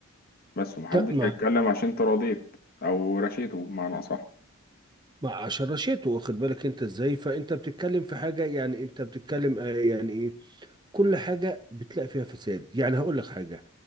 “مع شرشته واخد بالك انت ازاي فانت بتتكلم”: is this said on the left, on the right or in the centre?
Right